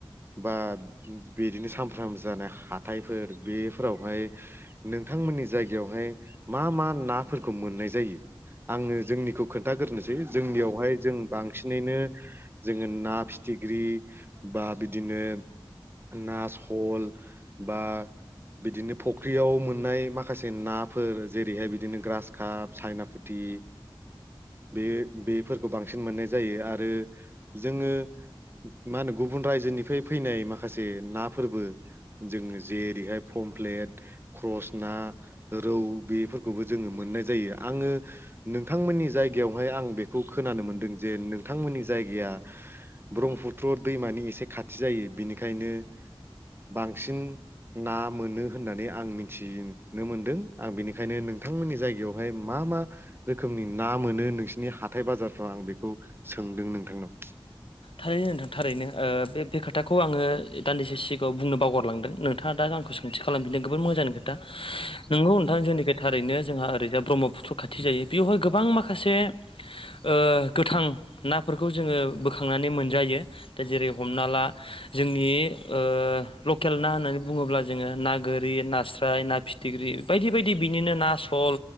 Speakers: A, on the right (about 25°); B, on the left (about 80°).
A: बा बिदिनो सामफ्रामबो जानाय हाथायफोर बेफोरावहाय नोंथांमोननि जायगायावहाय मा मा नाफोरखौ मोननाय जायो आङो जोंनिखौ खोन्थागोरनिसै जोंनियावहाय जों बांसिनैनो जोङो ना फिथिख्रि बा बिदिनो ना सल बा बिदिनो फुख्रियाव मोननाय माखासे नाफोर जेरैहाय बिदिनो ग्रास काप सायनापुथि बे बेफोरखौ बांसिन मोननाय जायो आरो जोङो मा होनो गुबुन रायजोनिफ्राय फैनाय माखासे नाफोरबो जोङो जेरैहाय पमफ्लेट ख्रस ना रौ बेफोरखौबो जोङो मोननाय जायो आङो नोंथांमोननि जायगायावहाय आं बेखौ खोनानो मोनदों जे नोंथांमोननि जायगाया ब्रह्मपुत्र दैमानि एसे खाथि जायो बिनिखायनो बांसिन ना मोनो होननानै आं मिथिनो मोनदों आं बेनिखायनो नोंथांमोननि जायगायाव हाय मा मा रोखोमनि ना मोनो नोंसिनि हाथाइ बाजारफोराव आं बेखौहाय खौ सोंदों नोंथांनाव
B: थारैनो नोंथां थारैनो ओ बे खोथाखौ आङो दान्दिसे सिगाङाव बुंनो बावगरलांदों नोंथाङा दा आंखौ सों थि खालामफिनदों गोबां जोबोर मोजांनि खोथा नंगौ नोंथां जोंनि थारैनो जों ओरैजाय ब्रह्मपुत्र खाथि जायो बेवहाय गोबां माखासे ओ गोथां नाफोरखौ जोङो बोखां नानै मोनजायो दा जेरै हमना ला जोंनि ओ लकेल ना होननानै बुङोब्ला जोङो ना गोरि नास्राय ना फिथिख्रि बायदि बायदि बिनिनो ना सल